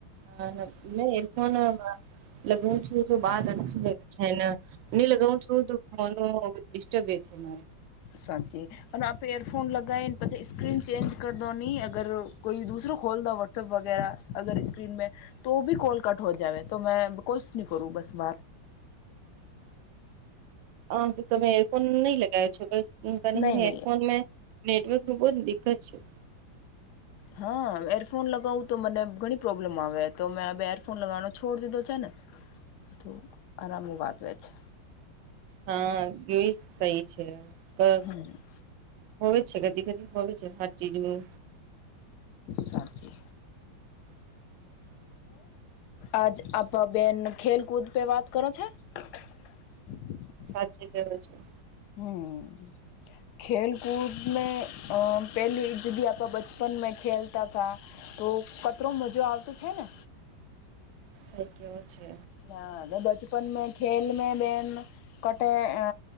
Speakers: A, on the right (about 75°); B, on the left (about 70°).
A: હ ને મેં એરફોન અમમ લગાવું છું તો બાત અચછી લે છે એને નહી લગાવું છું તો મનો ડિસ્ટર્બ છે મારે
B: સાચી અને આપે એયરફોન લગને પછી સ્ક્રીન ચેન્જ કર દો ની અગર કોઈ દુસરો કોલ વોટ્સઅપ વગેરા અગર સ્ક્રીન મે તો બી કોલ કટ હો જવે તો મેં કોલ્શ ન કરું બસ <unintelligible>
A: <inaudible> હ તમે એરફોન નહી લગાવો છો <unintelligible>
B: નહીં નહીં
A: એરફોન મેં નેટવર્ક નું બહુ દિકકત છે.
B: હા એરફોન લગાવું તો મને ઘણી પ્રોબ્લેમ આવે તો મેં એરફોન લગાવવાનો છોડ દીધો છે ને
A: <inaudible>
B: તો આરામની વાત હોય છે
A: હા જોઈશ સહી છે ક
B: હમ
A: હો છે કદી કદી હો છે હર ચીજમેં
B: સારચી
A: <inaudible>
B: આજ આપ બેન ખેલ કૂદ પે વાત કરો છે. <inaudible>
A: સાચી કેવુ છું.
B: હમ. ખેલ કૂદ મે અ પહેલી જદી આપણા બચપન મે ખેલતા થા તો કતરો મજો આવતો છે ને
A: સાઈ કેયો છે
B: હ બચપન મે ખેલ મે બેન કટે અ